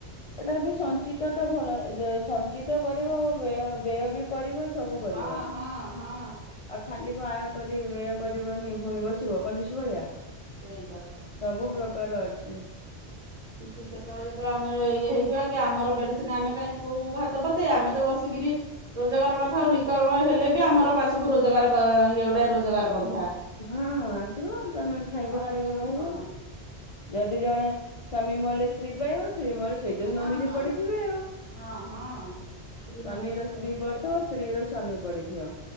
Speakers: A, on the left; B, on the right.
A: ଟାବି ସଞ୍ଚିତଟା ଭଲ‌ ଏଇଯେ ସଞ୍ଚିତ କରିବ ବ୍ୟୟ ବ୍ୟୟ ବି କରିବ। ସବୁ କରିବ।
B: ହଁ ହଁ ହଁ
A: ଆଉ ଖାଲି କ‌ ଆ କରିବେ କରିବନି ଭୁଣି ବସିବ କଞ୍ଜୁସ୍ ଭଳିଆ।
B: ସେଇବା
A: ସବୁ
B: ଆଉ
A: ପ୍ରକାର ଅଛି।
B: କିଛି ସେତେବେଳେ ଯେତେବେଳେ ଆମ ଇଏ ହେଇଯିବା କି ଆମର ମେଡିସିନ ଆମେ କାଇଁ ପୁଅବୋହୁଙ୍କୁ ହାତ ପତେଆ ଆମେ ତ ବସିକ୍ କିରି ରୋଜଗାର ନଥାଉ ନିକର୍ମ ହେଲେ ବି ଆମର ବାସକୁ ରୋଜଗାର କ ଇଏଗୋଟେ ରୋଜଗାର ପନ୍ଥ
A: ହଁ, ଆସିବ ତମେ ଖାଇବ
B: ଖରାପ
A: ପିଇବ
B: ଅଛି
A: ରହିବ।
B: କଣ
A: ଯଦି ଜଣେ ସ୍ୱାମୀ ମଲେ ସ୍ତ୍ରୀ ପାଇବ ସ୍ତ୍ରୀ ମଲେ ସେଇତିରେ
B: ହଁ
A: ନମିନୀ
B: ହଁ
A: ପଡିିଥିବେ ଆଉ। ସ୍ବାମୀର
B: ହଁ ହଁ ସ୍ତ୍ରୀ ମରିଗଲେ ସବୁ
A: ସ୍ତ୍ରୀ ପଡିଥିବ।
B: ପାଇବ
A: ସ୍ତ୍ରୀ ର ସ୍ଵାମୀ ପଡିଥିବ।